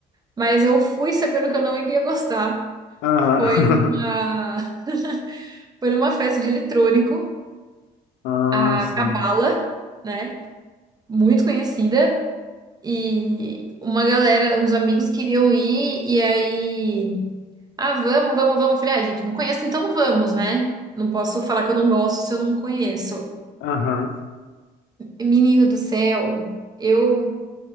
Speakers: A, on the right; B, on the left.
A: mas eu fui sabendo que eu não iria gostar.
B: Aham.
A: Foi numa,
B: <laughs>
A: <laughs> foi numa festa de eletrônico,
B: Ah,
A: a
B: sim.
A: Cabala, né? Muito conhecida. E uma galera, uns amigos queriam ir, e aí, ah, vamos, vamos, vamos. Eu falei, ah, gente, não conheço, então vamos, né? Não posso falar que eu não gosto se eu não conheço.
B: Aham.
A: Menino do céu, eu,